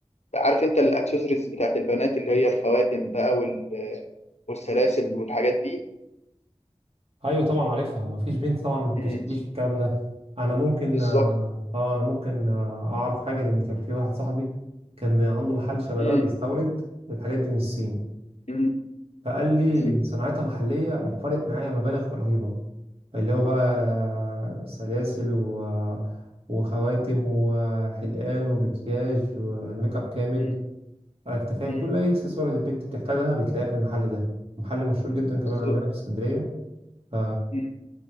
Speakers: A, on the left; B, on the right.
A: عارف انت الاكسسوارز بتاعت البنات اللي هي الخواتم بقى وال- والسلاسل والحاجات دي
B: ايوه طبعا عارفها مفيش بنت طبعا ما بتشتريش
A: مم،
B: الكلام ده انا ممكن
A: بالظبط
B: اه آه، انا ممكن آه، اعرف حاجه لان كان في واحد صاحبي كان عنده محل شبه
A: مم،
B: ده بيستورد الحاجات دي من الصين
A: مم،
B: فقال لي
A: مم،
B: ان صناعتها محليه وفرت معايا مبالغ رهيبه اللي هو بقى آه، سلاسل و... آه، وخواتم وحلقان ومكياج وميك اب كامل
A: مم،
B: انت فاهم
A: مم،
B: كل اي اكسسوارات البنت بتحتاجها بتلاقيها في المحل ده محل مشهور جدا كمان
A: بالظبط
B: عندنا في اسكندريه ف
A: مم.